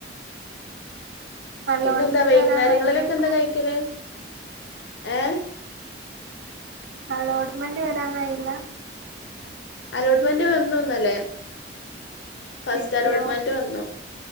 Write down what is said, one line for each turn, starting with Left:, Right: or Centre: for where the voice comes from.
Right: അലോട്ട്മെന്റ്
Left: പിന്നെന്താ വൈകുന്നേരങ്ങളിലൊക്കെ
Right: വരാനായില്ലേക്കും
Left: എന്താ കഴിക്കല് ഏഹ്
Right: അലോട്ട്മെന്റ് വരാൻ കഴിയില്ല
Left: അലോട്ട്മെന്റ് വന്നു ഇന്നലെ ഫസ്റ്റലോട്ട്മെന്റ്
Right: കിട്ടിയോ
Left: വന്നു